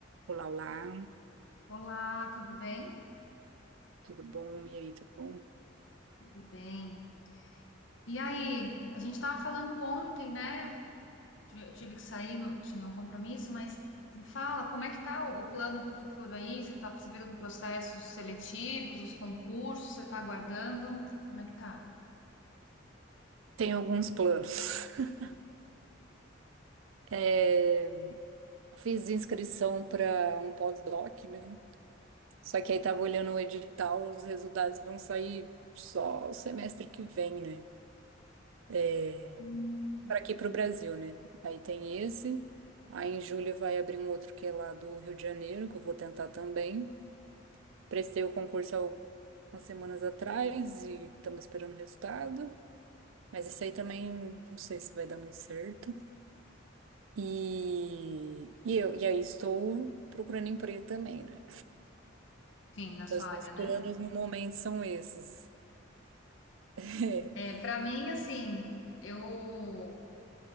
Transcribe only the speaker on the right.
Olá, olá,
tudo bom? E aí, tudo bom?
Tenho alguns planos. <laughs> É, fiz inscrição para um pós-doc, né? Só que aí tava olhando o edital, os resultados vão sair só o semestre que vem, né? É,
para aqui para o Brasil, né? Aí tem esse. Aí em julho vai abrir um outro que é lá do Rio de Janeiro, que eu vou tentar também. Prestei o concurso há umas semanas atrás e estamos esperando o resultado. Mas isso aí também não sei se vai dar muito certo. E, e eu, e aí estou procurando emprego também, né?
Então,
assim,
os planos
no momento são esses. <laughs>